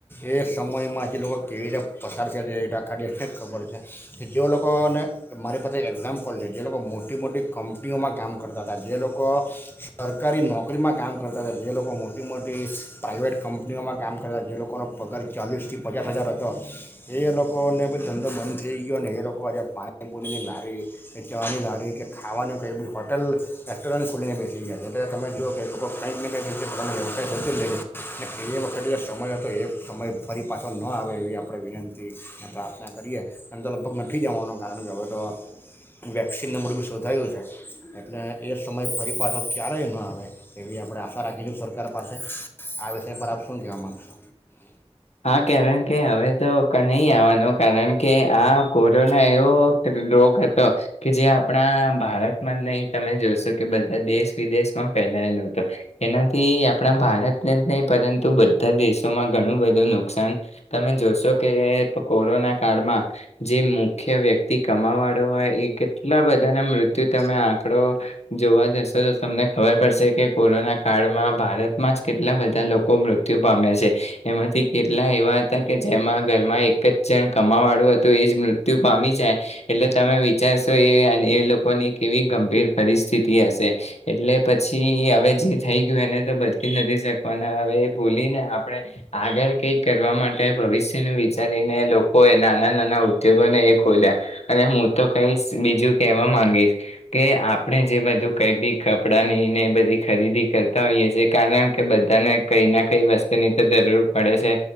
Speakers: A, on the left; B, on the left.
A: એ સમયમાંથી લોકો કેવી રીતે પસારશે તે એ દખાડીે છે જ ખબર છે કે જે લોકોને મારી પાસે એક્ઝામ્પલ છે જે લોકો મોટી મોટી કંપનીઓમાં કામ કરતા હતા જે લોકો સરકારી નોકરી નોકરીમાં કામ કરતા હતા જે લોકો મોટી મોટી પ્રાઇવેટ કંપનીઓમાં કામ કરતા જે લોકોનો પગાર ચાલીસથી પચાસ હજાર હતો એ લોકોને બછી ધંધો બંધ થઈ ગયો ને એ લોકો આજે પાણીપુરીની લારી કે ચની લારી કે ખાવાનું કંઈ બી હોટલ રેસ્ટોરન્ટ ખુલીને બેસી ગયા છે એટલે તમે જુ કે લોકો કંઈક ને કંઈક રીતે પોનો વ્યવસાય શોધી લે અને એ વખતે જે સમય હતો એ સમય ફરી પાછો ન આવે એવી આપણે વિનંતી અને પ્રાર્થના કરીએ અને તો લગભગ નથી જવાનું કારણે હવે તો વેક્સિન નંબર બી શોધાયું છે એટલે એ સમય ફરી પાછો ક્યારેય ન આવે. એવી આપણે આશા રાખીશું સરકાર પાસે આ વિષય પર આપ શું કહેવા માગશો.
B: હા કારણકે કે હવે તો નહી આવવાનો કારણ કે આ કોરોના એવો રોગ હતો કે જે આપણા ભારતમાં જ નહીં તમે જોશો કે બધા દેશ વિદેશમાં ફેલાયેલો હતો એનાથી આપણા ભારતને જ નહી પરંતુ બધા દેશોમાં ઘણું બધું નુકસાન તમે જોશો કે કોરોના કાળમાં જે મુખ્ય વ્યક્તિ કમા વાળો હોય એ કેટલા બધાના મૃત્યુ તમે આંકડો જોવા જશો તો તમને ખબર પડશે કે કોરોના કાળમાં ભારતમાં જ કેટલા બધા લોકો મૃત્યુ પામ્યા છે એમાંથી કેટલા એવા હતા કે જેમાં ઘરમાં એક જ જણ કમાવાળું હતું એ જ મૃત્યુ પામી જાય એટલે તમે વિચારશો એ એ લોકોની કેવી ગંભીર પરિસ્થિતિ હશે એટલે પછી હવે જે થઈ ગયું એને તો બદલી નથી શકવાના હવે એ ભૂલીને આપણે આગળ કઈક કરવા માટે ભવિષ્ય ન વિચારીને લોકો એ નાના નાના ઉદ્યોગોને એ ખોલ્યા અને હું તો કઈશ બીજું કહેવા માંગીશ કે આપણે જે બધું કઈ બી કપડાંની ને એ બધી ખરીદી કરતા હોઈએ છે કારણ કે બધાને કઈ ના કઈ વસ્તુની તો જરૂર પડે છે